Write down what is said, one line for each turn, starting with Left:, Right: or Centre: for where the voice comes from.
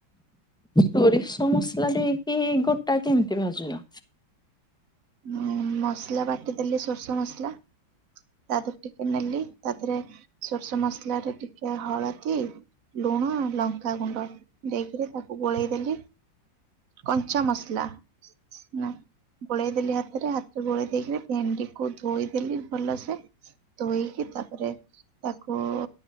Centre: ସୋରିଷ ମସଲା ଦେଇକି ଗୋଟା କେମତି ଭାଜିଲ?
Right: ଉଁ ମସଲା ବାଟି ଦେଲି ସୋରିଷ ମସଲା ତା ଧେରେ ଟିକେ ନେଲି ତା ଧେରେ ସୋରିଷ ମସଲାରେ ଟିକେ ହଳଦୀ, ଲୁଣ, ଲଙ୍କାଗୁଣ୍ଡ ଦେଇକରି ତାକୁ ଗୋଳେଇଦେଲି କଞ୍ଚା ମସଲା ନା ଗୋଳେଇ ଦେଲି ହାତରେ, ହାତରେ ଗୋଳେଇ ଦେଇକିରି ଭେଣ୍ଡି କୁ ଧୋଇଦେଲି ଭଲସେ ଧୋଇକି ତାପରେ ତାକୁ ଉ